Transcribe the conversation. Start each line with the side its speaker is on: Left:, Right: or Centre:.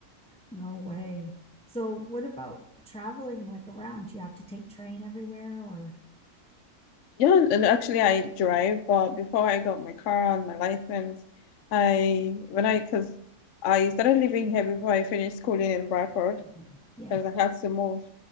Centre: no way. So, what about traveling like around? Do you have to take train everywhere or?
Left: Yeah, and actually I drive, but before I got my car and my license, I when I because I started living here before I finished schooling in Bradford
Centre: Mhm. Yeah.
Left: because I had to move